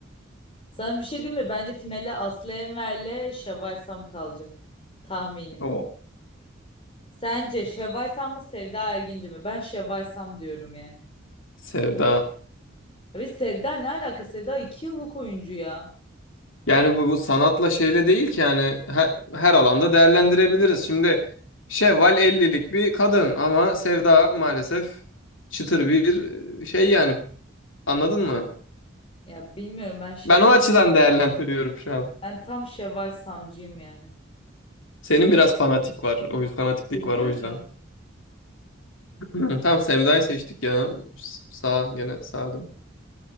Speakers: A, on the left; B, on the left.
A: Sana bir şey diyeyim mi? Bence finale Aslı Enver'le Şevval Sam kalacak. Tahminim.
B: o
A: Sence Şevval Sam mı Sevda Erginci mi? Ben Şevval Sam diyorum yani.
B: sevda.
A: Abi Sevda ne alaka? Sevda iki yıllık oyuncu ya.
B: Yani bu, bu sanatla şeyle değil ki yani her, her alanda değerlendirebiliriz. Şimdi Şevval 50'lik bir kadın ama Sevda maalesef çıtır bir e, şey yani anladın mı?
A: Ya bilmiyorum ben Şevval.
B: Ben o açıdan değerlendiriyorum şu an.
A: Ben tam Şevval Samcıyım yani.
B: Senin biraz fanatik var. O yüz- fanatiklik
A: Seviyorum.
B: var o yüzden. <clears throat> Tamam Sevda'yı seçtik ya. S- Sağ gene sağda.